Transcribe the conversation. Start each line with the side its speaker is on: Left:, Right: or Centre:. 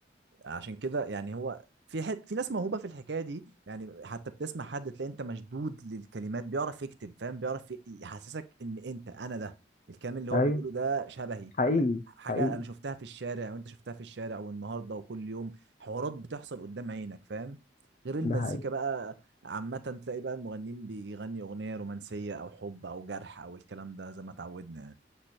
Right: عشان كده يعني هو في حت في ناس موهوبه في الحكايه دي يعني حتى بتسمع حد تلاقي انت مشدود للكلمات بيعرف يكتب فاهم بيعرف ي- يحسسك ان انت انا ده الكلام اللي هو
Left: أيوه
Right: بيقوله ده شبهي
Left: حقيقي
Right: حاجه
Left: حقيقي
Right: انا شفتها في الشارع وانت شفتها في الشارع والنهارده وكل يوم حوارات بتحصل قدام عينك فاهم غير المزيكا
Left: ده حقيقي
Right: بقى عامة تلاقي بقى المغنيين بيغني أغنية رومانسية أو حب أو جرح أو الكلام ده زي ما اتعودنا يعني